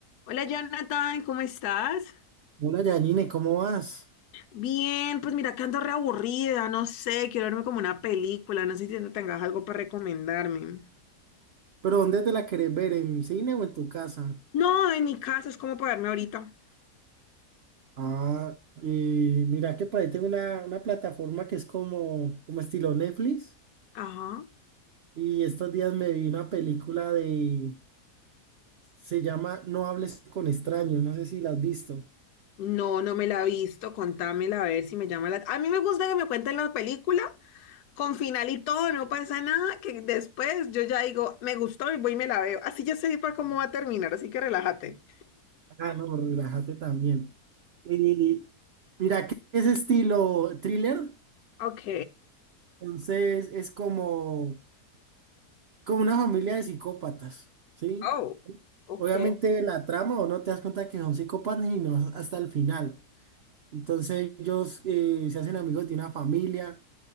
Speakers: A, on the left; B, on the right.
A: Hola Jonathan, ¿cómo estás?
B: Hola Yanine, ¿cómo vas?
A: Bien, pues mira que ando reaburrida, no sé, quiero verme como una película, no sé si tengas algo para recomendarme.
B: ¿Pero dónde te la querés ver? ¿En cine o en tu casa?
A: No, en mi casa es como para verme ahorita.
B: Ah, y mira que por ahí tengo una, una plataforma que es como, como estilo Netflix.
A: Ajá.
B: Y estos días me vi una película de... Se llama No hables con extraños. No sé si la has visto.
A: No, no me la he visto, contámela a ver si me llama la... A mí me gusta que me cuenten la película con final y todo, no pasa nada, que después yo ya digo, me gustó y voy y me la veo. Así ya sé para cómo va a terminar, así que relájate.
B: Ah, no, relájate también. Y mira que es estilo thriller.
A: Ok.
B: Entonces es como, como una familia de psicópatas, ¿sí?
A: Oh, ok,
B: Obviamente la trama o no te das cuenta que son psicópatas y no hasta el final. Entonces ellos eh, se hacen amigos de una familia